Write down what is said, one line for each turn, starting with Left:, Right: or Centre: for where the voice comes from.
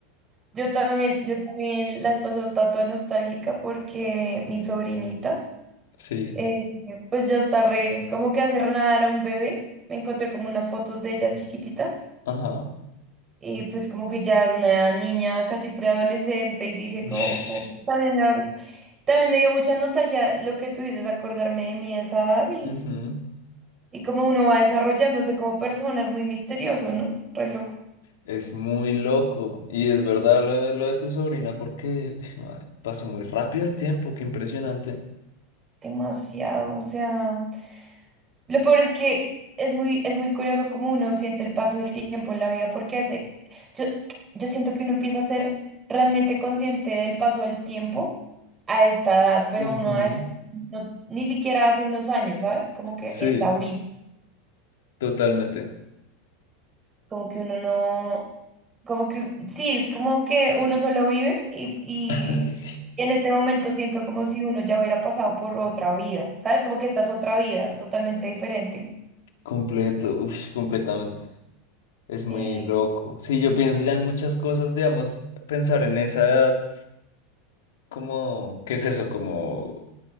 Right: Yo también, yo también la vez pasada estaba toda nostálgica porque mi sobrinita,
Left: sí,
Right: eh, pues ya está re, como que hace nada era un bebé. Me encontré como unas fotos de ella chiquitita
Left: ajá.
Right: y pues como que ya es una niña casi preadolescente y dije
Left: Ish,
Right: como, como también, me da- también me dio mucha nostalgia lo que tú dices, acordarme de mi esa edad
Left: ujú.
Right: Y como uno va desarrollándose como persona, es muy misterioso, ¿no? Re loco.
Left: Es muy loco y es verdad lo, de- lo de tu sobrina porque <sighs> madre, pasó muy rápido el tiempo, qué impresionante.
Right: Demasiado. O sea, lo peor es que es muy, es muy curioso cómo uno siente el paso del tiempo en la vida, porque hace. Yo, yo siento que uno empieza a ser realmente consciente del paso del tiempo a esta edad, pero
Left: Ujú,
Right: uno a esa- no- ni siquiera hace unos años, ¿sabes? Como que
Left: Sí.
Right: es ahorita.
Left: Totalmente.
Right: como que uno no, como que, sí, es como que uno solo vive y, y
Left: <laughs> Sí,
Right: en este momento siento como si uno ya hubiera pasado por otra vida, ¿sabes? Como que esta es otra vida totalmente diferente.
Left: completo, uf, completamente. Es
Right: Sí,
Left: muy loco. Sí, yo pienso ya en muchas cosas, digamos, pensar en esa edad, como, ¿qué es eso? Como